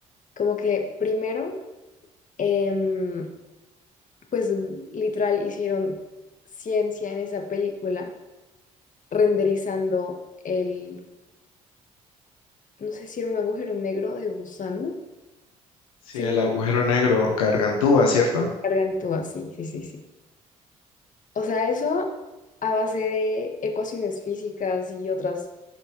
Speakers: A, on the left (about 50°); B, on the left (about 85°).
A: Como que primero, em, pues literal hicieron ciencia en esa película, renderizando el, no sé si era un agujero negro de gusano,
B: Sí,
A: según
B: el agujero
A: lo
B: negro, Gargantúa, ¿cierto?
A: cargan todo así, sí, sí, sí. O sea, eso a base de ecuaciones físicas y otras